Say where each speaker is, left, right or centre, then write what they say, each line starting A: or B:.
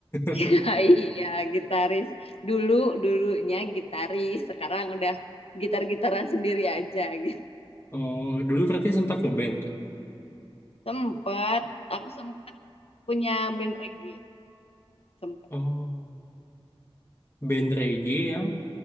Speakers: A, on the left; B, on the left.
A: <laughs>
B: Ya, iya gitaris dulu dulunya gitaris sekarang udah gitar-gitaran sendiri aja gitu
A: Oh, dulu berarti sempat ngeband, Kak.
B: sempet aku sempet punya band reggae sempet
A: Oh, band reggae yang